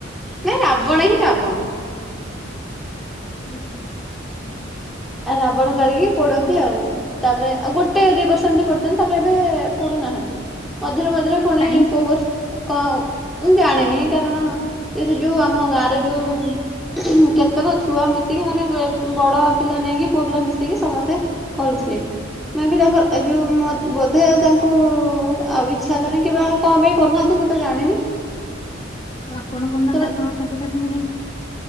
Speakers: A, in the centre; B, on the left (about 25°).
A: ନାଇଁ ରାବଣ ହିଁ ରାବଣ।
B: <unintelligible>
A: ଆ ରାବଣ କରିକି ପୋଡନ୍ତି ଆଉ। ତାପରେ ଆଉ ଗୋଟେ ଦି ବର୍ଷ ଏମତି ପୋଡିଛନ୍ତି, ତାପରେ ଏବେ ପୋଡୁନାହାନ୍ତି। ମଝିରେ ମଝିରେ ପୁଣି
B: କାଇଁ
A: କୋଉ ବର୍ଷ କଉ, ମୁଁ ଜାଣିନି କାରଣ, ଏଇ ଯୋ ଯୋଉ ଆମ ଗାଁରେ ଯୋଉ କେତେକ ଛୁଆ ମିଶିକି ମାନେ ବଡ଼ ପିଲା ନେଇକି ପୁଅ ପିଲା ମିଶିକି ସମସ୍ତେ କରୁଥିଲେ। ମେ ବି ତାଙ୍କର ଏ ଯୋଉ ବୋଧେ ତାଙ୍କୁ ଆଉ ଇଚ୍ଛା ହେଲାନି କିବା କଣ ପାଇଁ କରୁନାହାନ୍ତି ମୁଁ ତ ଜାଣିନି।
B: ଆଉ ଆପଣ କରୁନାହାନ୍ତି
A: ସେମାନେ
B: ଆପଣଙ୍କ ସାଙ୍ଗସାଥି ମ ନେଇକି?